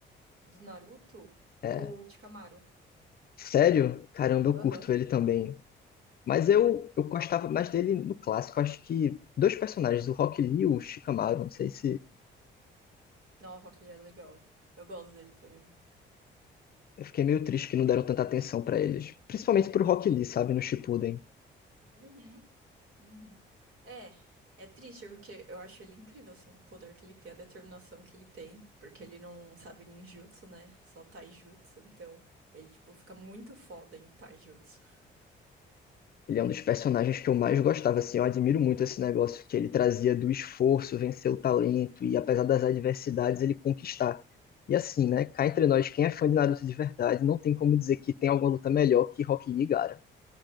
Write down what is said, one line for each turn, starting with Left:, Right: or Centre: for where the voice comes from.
Right: Do Naruto,
Left: É.
Right: o Chikamaru.
Left: Sério? Caramba, eu
Right: Aham.
Left: curto ele também. Mas eu, eu gostava mais dele no clássico. Acho que dois personagens, o Rock Lee e o Shikamaru. Não sei se.
Right: Nossa, que ele é legal. Eu gosto dele também.
Left: Eu fiquei meio triste que não deram tanta atenção pra eles. Principalmente pro Rock Lee, sabe, no Shippuden.
Right: Uhum. Uhum. É, é triste porque eu acho ele incrível, assim, o poder que ele tem, a determinação que ele tem, porque ele não sabe ninjutsu, né? Só taijutsu, então ele, tipo, fica muito foda em taijutsu.
Left: Ele é um dos personagens que eu mais gostava, assim, eu admiro muito esse negócio que ele trazia do esforço, vencer o talento e apesar das adversidades ele conquistar. E assim, né, cá entre nós, quem é fã de Naruto de verdade, não tem como dizer que tem alguma luta melhor que Rock Lee e Gaara.